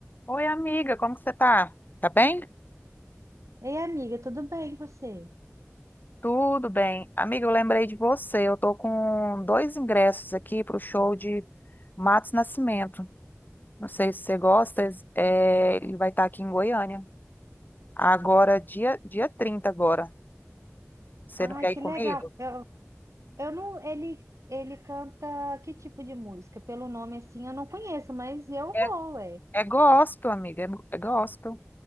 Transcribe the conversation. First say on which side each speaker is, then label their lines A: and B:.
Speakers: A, on the left (about 40°); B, on the right (about 80°).
A: Oi, amiga, como que você tá? Tá bem?
B: Ei, amiga, tudo bem e você?
A: Tudo bem. Amiga, eu lembrei de você. Eu tô com dois ingressos aqui pro show de Matos Nascimento. Não sei se você gosta, é, ele vai estar aqui em Goiânia. Agora, dia, dia 30 agora. Você
B: Ai,
A: não quer
B: que
A: ir comigo?
B: legal. Eu, eu não, ele, ele canta que tipo de música? Pelo nome assim, eu não conheço, mas eu
A: É,
B: vou, ué.
A: é gospel, amiga, é, mu- é gospel.